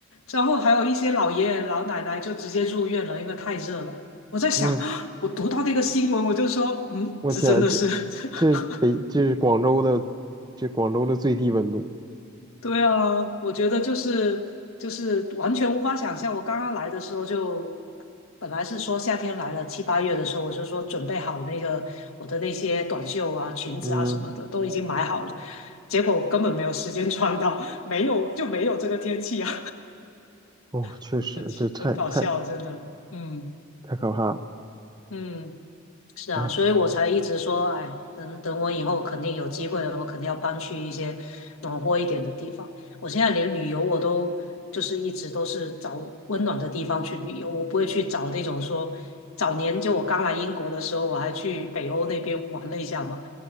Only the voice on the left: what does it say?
然后还有一些老爷爷老奶奶就直接入院了，因为太热了。我在想，
<gasps> 我读到那个新闻，我就说，嗯，
这真的是
<laughs>
对啊，我觉得就是就是完全无法想象。我刚刚来的时候就，本来是说夏天来了七八月的时候，我就说准备好那个我的那些短袖啊、裙子啊什么的都已经买好了，
结果根本没有时间穿到，没有就没有这个天气啊，
<laughs> 很奇很搞笑啊，
真的。嗯
嗯。是啊，
所以我才一直说，哎，等等我以后肯定有机会了，我肯定要搬去一些暖和一点的地方。我现在连旅游我都就是一直都是找温暖的地方去旅游，我不会去找那种说早年就我刚来英国的时候，我还去北欧那边玩了一下嘛，